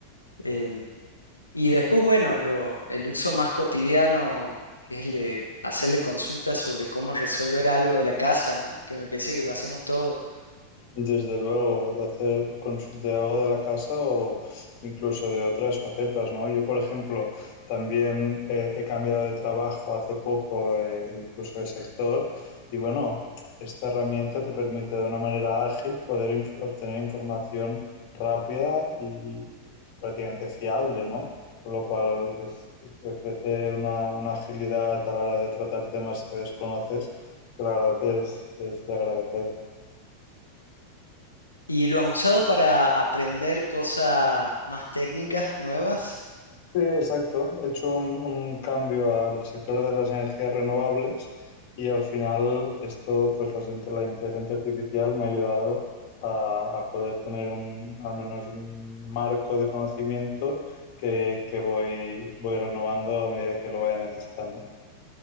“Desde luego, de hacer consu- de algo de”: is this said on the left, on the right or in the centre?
Left